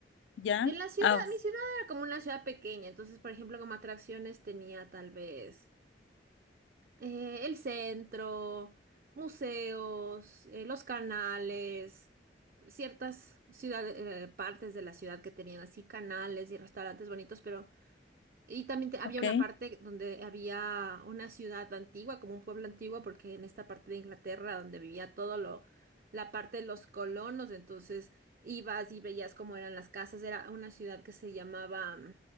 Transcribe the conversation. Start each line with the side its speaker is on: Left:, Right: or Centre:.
Left: Ya.
Right: En la ciudad,
Left: Ah,
Right: mi ciudad era como una ciudad pequeña. Entonces, por ejemplo, como atracciones tenía tal vez eh, el centro, museos, eh, los canales ciertas ciudades, partes de la ciudad que tenían así canales y restaurantes bonitos, pero Y también te- había
Left: ok.
Right: una parte donde había una ciudad antigua, como un pueblo antiguo, porque en esta parte de Inglaterra donde vivía todo lo, la parte de los colonos, entonces ibas y veías cómo eran las casas. Era una ciudad que se llamaba